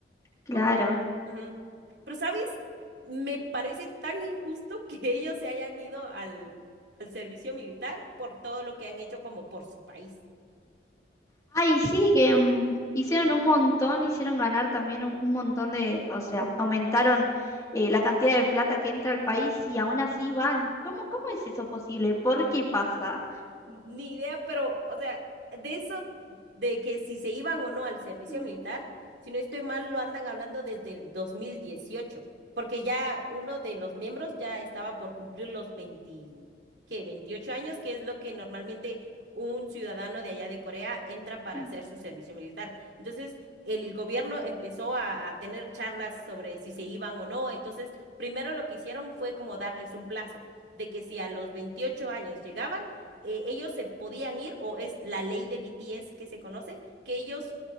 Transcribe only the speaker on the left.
Claro.
Ay, sí, que mm, hicieron un montón, hicieron ganar también un, un montón de, o sea, aumentaron eh, la cantidad de plata que entra al país y aún así van. ¿Cómo, cómo es eso posible? ¿Por qué pasa?
Mm,
mm,